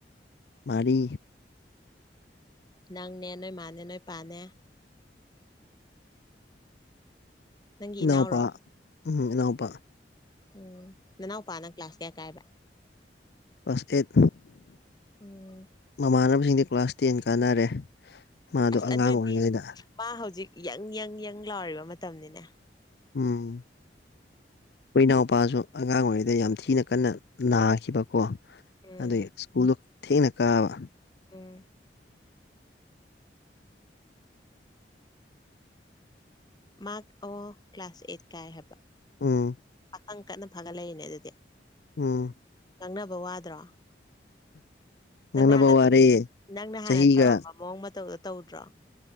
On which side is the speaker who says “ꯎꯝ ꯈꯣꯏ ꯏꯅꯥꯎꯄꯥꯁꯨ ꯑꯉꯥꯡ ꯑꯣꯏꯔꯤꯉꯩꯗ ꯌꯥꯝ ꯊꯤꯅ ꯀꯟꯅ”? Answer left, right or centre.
Left